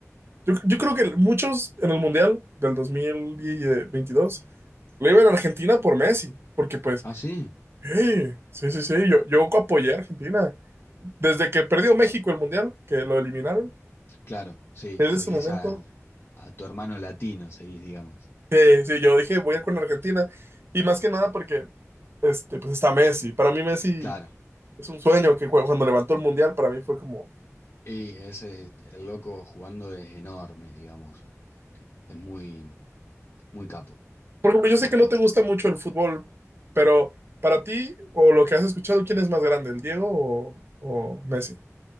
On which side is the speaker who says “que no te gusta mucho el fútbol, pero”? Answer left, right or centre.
Right